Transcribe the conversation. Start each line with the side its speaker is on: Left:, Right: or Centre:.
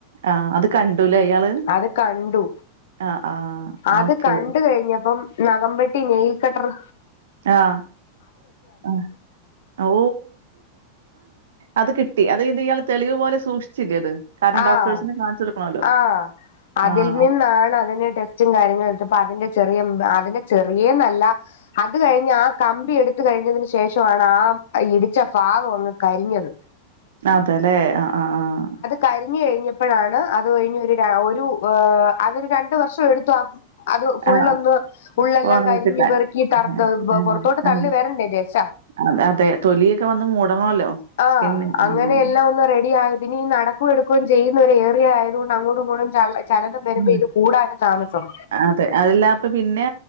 Right: ആഹ് അത് കണ്ടൂല്ലേ ഇയാള്
Left: അത് കണ്ടു
Right: ആഹ്. ആഹ്.
Left: അത്
Right: ഓക്കെ.
Left: കണ്ട് കഴിഞ്ഞപ്പം നഖം വെട്ടി നെയിൽ കട്ടറ്
Right: ആഹ് ആഹ് ഓ അത് കിട്ടി അത് കി ഇയാള് തെളിവ് പോലെ സൂക്ഷിച്ചില്ലെ അത് കാരണം
Left: ആഹ്
Right: ഡോക്ടേഴ്സിനെ കാണിച്ചു കൊടുക്കണല്ലോ.
Left: ആഹ് അതിൽ
Right: ആഹ്.
Left: നിന്നാണ് അതിടെ ച്ചും കാര്യങ്ങളും എടുത്തപ്പോ അതിന്റെ ചെറിയ അതിന്റെ ചെറിയന്നല്ല അത് കഴിഞ്ഞഞ് ആഹ് കമ്പി എടുത്ത കഴിഞ്ഞതിന് ശേഷമാണ് ആ ഇടിച്ച ഭാഗം ഒന്ന് കരിഞ്ഞത്
Right: അതെല്ലെ ആഹ് ആഹ് ആഹ്
Left: കരിഞ്ഞ കഴിഞ്ഞപ്പോഴാണ് അത് കഴിഞ്ഞ ഒരു ഒരു അതൊരു രണ്ട വർഷം എടുത്തു ആ അത് ഫുള്ളൊന്ന്
Right: ആഹ്
Left: ഉള്ളെല്ലാം
Right: ഒണങ്ങി
Left: കരിഞ്ഞഞ്
Right: കിട്ടാൻ.
Left: പെറുക്കി തറ
Right: ആഹ് ആഹ്
Left: പുറത്തോട്ട് തള്ളി
Right: ആഹ്.
Left: വരണ്ടേ ദശ
Right: അത് അതെ തൊലിയൊക്കെ വന്ന് മൂടണോല്ലോ.
Left: ആഹ്
Right: സ്കിന്ന്
Left: അങ്ങനെ
Right: ഉം
Left: എല്ലാം ഒന്ന് റെഡി ആയി ഇനി നട പക്കും എടുക്കുകയും ചെയ്യുന്ന ഒരു ഏറയ ആയതുകൊണ്ട് അങ്ങോട്ടും ഇങ്ങോട്ടും ച ചലനം വരുമ്പോ
Right: ഉം.
Left: ഇത് കൂടാനും താമസം
Right: അതെ അതല്ല അപ്പ പിന്നെ